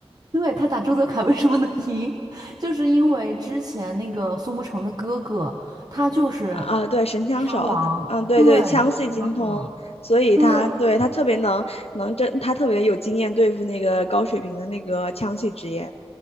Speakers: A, on the right; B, on the left.
A: 对，他打周泽楷为什么能赢？<laughs> 就是因为之前那个苏沐橙的哥哥，他就是
B: 啊，对，神枪手，
A: 枪王，
B: 嗯，对对，
A: 对，
B: 枪系精通，
A: 枪王，
B: 所以他对他特别能能真，
A: 对，
B: 他特别有经验对付那个高水平的那个枪系职业。